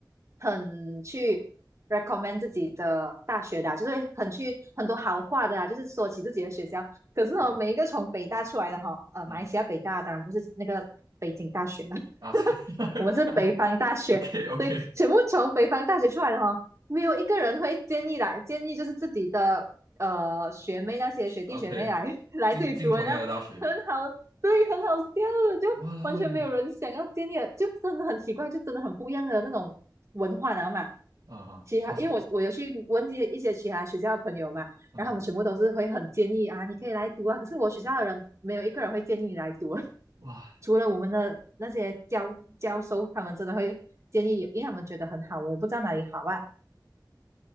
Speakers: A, on the right; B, on the right.
A: 很去 recommend 自己的大学的啊就是很去很多好话的啊，就是说起自己的学校。可是呢，
B: 嗯
A: 每一个从北大出来的哈、呃，
B: 嗯哼
A: 马来西亚北大当然不是那个北京大学嘛。
B: 啊，<laughs>
A: 我们是北方大学，
B: 当然，OK OK。
A: 对，全部从北方大学出来的哈，没有一个人会建议来，建议就是自己的呃学妹那些学弟学妹来
B: OK，
A: <laughs> 来这里读的，
B: 进进同样的大学，
A: 那很好，对，很好笑的，就完全没有人想要建议的，
B: 哇啦喂，
A: 就真的很奇怪，就真的很不一样的那种文化，然后嘛。
B: 啊哈，
A: 其他，
B: 好是
A: 因为我我有去问一些一些其他学校的朋友嘛，
B: 啊哈，
A: 然后他们全部都是会很建议啊，你可以来读啊。可是我学校的人没有一个人会建议你来读，
B: 哇
A: 除了我们的那些教教授，他们真的会建议，因为他们觉得很好，我也不知道哪里好啊。